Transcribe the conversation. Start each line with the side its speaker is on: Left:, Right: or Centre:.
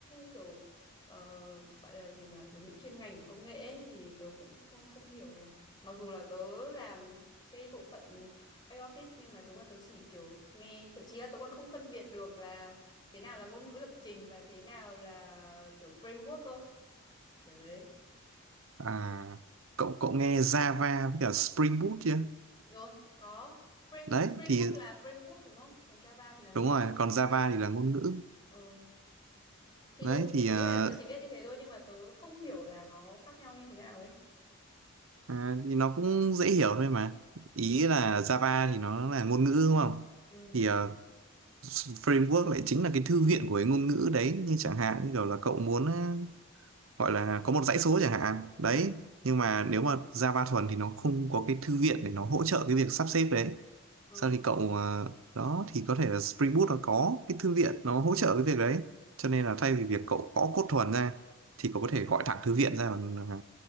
Left: kiểu ờ, gọi là gì nhở từ ngữ chuyên ngành của công nghệ ấy, thì tớ cũng không, không hiểu rồi mặc dù là tớ làm cái bộ phận back office nhưng mà đúng là tớ chỉ kiểu nghe thậm chí là tớ còn không phân biệt được là thế nào là ngôn ngữ lập trình và thế nào là kiểu framework không kiểu đấy
Right: À, cậu cậu nghe Java với cả Spring Boot chưa?
Left: rồi có frame
Right: Đấy
Left: Spring
Right: thì
Left: Boot là framework đúng không còn Java thì là ngôn
Right: đúng rồi,
Left: ngữ
Right: còn Java thì là ngôn ngữ.
Left: ờ thì
Right: Đấy
Left: đúng
Right: thì
Left: ý
Right: à,
Left: là tớ chỉ biết như thế thôi nhưng mà tớ không hiểu là nó khác nhau như thế nào ấy
Right: À, thì nó cũng dễ hiểu thôi mà. Ý là Java thì nó là ngôn ngữ đúng không?
Left: ừ
Right: Thì ờ, framework lại chính là cái thư viện của cái ngôn ngữ đấy. Như chẳng hạn như kiểu là cậu muốn ờ, gọi là có một dãy số chẳng hạn. Đấy.
Left: ờ
Right: Nhưng mà nếu mà Java thuần thì nó không có cái thư viện để nó hỗ trợ cái việc sắp xếp đấy.
Left: ờ
Right: Sau thì cậu ờ, đó thì có thể là Spring Boot nó có cái thư viện nó hỗ trợ cái việc đấy. Cho nên là thay vì việc cậu gõ code thuần ra thì cậu có thể gọi thẳng thư viện ra và,